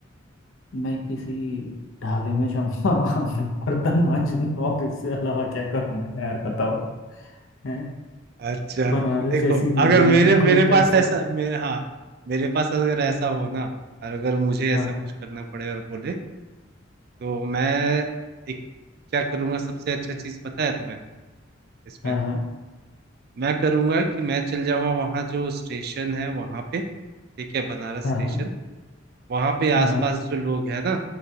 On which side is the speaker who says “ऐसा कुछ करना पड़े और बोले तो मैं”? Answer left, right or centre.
Right